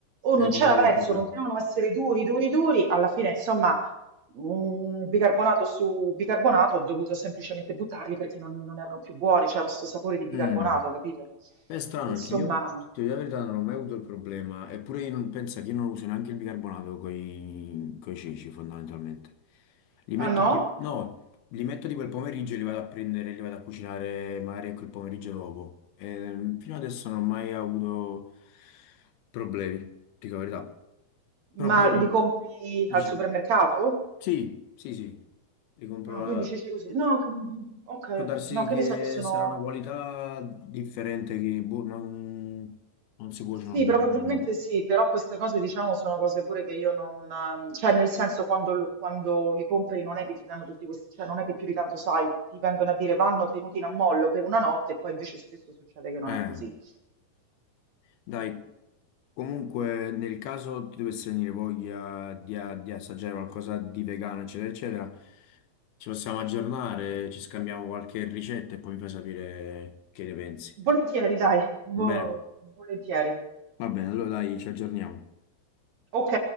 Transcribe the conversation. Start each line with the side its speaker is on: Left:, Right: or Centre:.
Right: O
Left: è
Right: non
Left: con
Right: c'era
Left: quello
Right: verso,
Left: è il problema.
Right: continuavano a essere duri, duri, duri. Alla fine, insomma, Mm, bicarbonato su bicarbonato, ho dovuto semplicemente buttarli perché non, non erano più buoni, c'era questo sapore di bicarbonato,
Left: Mm.
Right: capito?
Left: Beh, È strano
Right: Quindi insomma,
Left: perché io, ti dico la verità, non ho mai avuto il problema, eppure io non, penso che io non uso neanche il bicarbonato con i ceci fondamentalmente. Li
Right: ah
Left: metto,
Right: no?
Left: tipo, no, li metto tipo il pomeriggio e li vado a prendere, li vado a cucinare magari ecco il pomeriggio dopo. Ehm, fino adesso non ho mai avuto problemi, ti dico la verità. Però
Right: Ma
Left: poi
Right: li compri
Left: dici,
Right: al supermercato?
Left: sì, sì, sì, li compro,
Right: Ah,
Left: la-
Right: quindi c'è così. No, che- ok,
Left: Può darsi
Right: ok. No, che
Left: che
Right: ne so, io sono...
Left: sarà una qualità differente che boh, non, non si cuociono
Right: Sì,
Left: bene.
Right: probabilmente
Left: diciamo.
Right: sì, però queste cose diciamo sono cose pure che io non... Cioè nel senso quando, quando li compri non è che ti danno tutti questi... Cioè non è che più di tanto sai, ti vengono a dire vanno tenuti in ammollo per una notte e poi invece spesso succede che non
Left: Eh,
Right: è così.
Left: dai, comunque nel caso ti dovesse venire voglia di, di assaggiare qualcosa di vegano, eccetera, eccetera, ci possiamo aggiornare, ci scambiamo qualche ricetta e poi mi fai sapere che ne pensi.
Right: Volentieri, dai, vo-
Left: Va bene,
Right: volentieri.
Left: va bene, allora dai, ci aggiorniamo.
Right: Ok.